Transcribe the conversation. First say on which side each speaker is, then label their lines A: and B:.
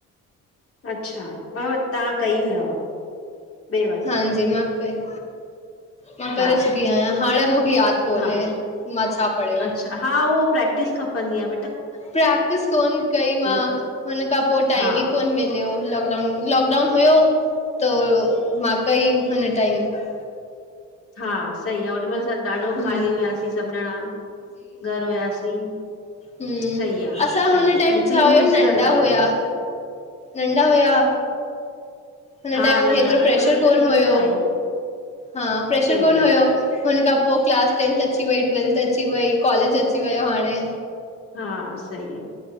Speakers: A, on the left; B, on the left.
A: अच्छा अ तव्हां कई हुयव ॾे -वठि
B: दीदी मां कई, मां करे
A: हा
B: चुकी आहियां हाणे मूंखे यादि कोन्हें,
A: हा
B: मां छा पढ़ियो?
A: अच्छा हा उहो प्रैक्टिस खपंदी आहे।
B: प्रैक्टिस कोन कई मां,
A: आ
B: हुन खां पोइ टाइमु
A: हा
B: ई कोन मिलियो लो लॉकडाउन हुयो, त मां कई हुन टाइमु
A: हा सही आह, ओॾी महिल असां ॾाढो
B: हम्म
A: ख़ाली हुआसीं सभु ॼणा घर हुयासीं,
B: ह्म
A: सही आ
B: असां
A: सही
B: हुन
A: आ
B: टाइम
A: हिकु
B: छा
A: यूज़
B: आहे, हुयो नंढा
A: करे वरितो
B: हुया
A: आ
B: नंढा हुया हुन
A: हा
B: टाइम
A: नंढा
B: हेतिरो प्रेशर
A: हुनखे
B: कोन
A: थी वियो
B: हुयो,
A: न टाइम
B: हा प्रेशर
A: सही
B: कोन
A: ॻाल्हि
B: हुयो
A: आ
B: हुन खां पोइ क्लास टेंथ अची वई, ट्वेल्थ अची वई, कॉलेज अची वियो हाणे
A: हा सई आहे